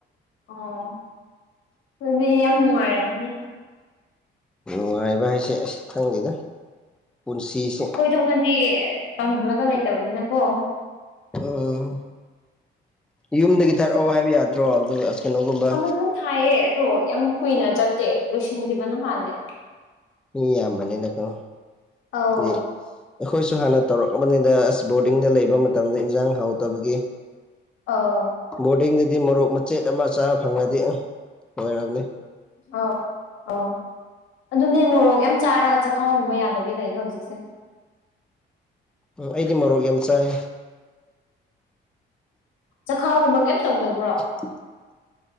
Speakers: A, on the left; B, in the centre.
A: ꯑꯣ ꯑꯗꯨꯗꯤ ꯌꯥꯝ ꯅꯨꯡꯉꯥꯏꯔꯝꯅꯤ
B: ꯅꯨꯡꯉꯥꯏꯕ ꯍꯥꯏꯁꯦ ꯑꯁ ꯈꯪꯗꯦꯗ ꯄꯨꯟꯁꯤꯁꯦ
A: ꯑꯩꯈꯣꯏꯗꯧꯅꯗꯤ ꯀꯪꯂꯪꯒ ꯂꯩꯇꯕꯅꯤꯅꯀꯣ
B: ꯎꯝ ꯌꯨꯝꯗꯒꯤ ꯊꯥꯔꯛꯑꯣ ꯍꯥꯏꯕ ꯌꯥꯗ꯭ꯔꯣ ꯑꯗꯨ ꯀꯩꯅꯣꯒꯨꯝꯕ
A: ꯑꯃꯨꯛ ꯑꯃꯨꯛ ꯊꯥꯏꯌꯦ ꯑꯗꯣ ꯌꯥꯝ ꯀꯨꯏꯅ ꯆꯠꯇꯦ ꯂꯣꯏꯁꯤꯟꯈꯤꯕꯅꯣ ꯍꯥꯟꯅꯦ
B: ꯃꯤ ꯌꯥꯝꯌꯥꯝꯕꯅꯤꯅꯀꯣ ꯑꯩꯈꯣꯏꯁꯨ
A: ꯑꯧ
B: ꯍꯥꯟꯅ ꯇꯧꯔꯛꯂꯕꯅꯤꯅ ꯑꯁ ꯕꯣꯔꯗꯤꯡꯗ ꯂꯩꯕ ꯃꯇꯝꯗ ꯏꯟꯖꯥꯡ ꯍꯥꯎꯇꯕꯒꯤ
A: ꯑ
B: ꯕꯣꯔꯗꯤꯡꯗꯗꯤ ꯃꯣꯔꯣꯛ ꯃꯆꯦꯠ ꯑꯃ ꯆꯥꯕ ꯐꯪꯂꯉꯗꯤ ꯑꯣꯏꯔꯕꯅꯤ
A: ꯑ ꯑ ꯑꯗꯨꯅꯦ ꯃꯣꯔꯣꯛꯒ ꯌꯥꯝ ꯆꯥꯔꯒ ꯆꯈꯥꯎꯒꯨꯝꯕ ꯌꯥꯗꯕꯤ ꯂꯩꯌꯦ ꯍꯧꯖꯤꯛꯁꯦ
B: ꯑꯩꯗꯤ ꯃꯣꯔꯣꯛ ꯌꯥꯝ ꯆꯥꯏ
A: ꯆꯈꯥꯎꯒꯨꯝꯕ ꯀꯩꯝ ꯇꯧꯗꯕ꯭ꯔꯣ
B: <inaudible>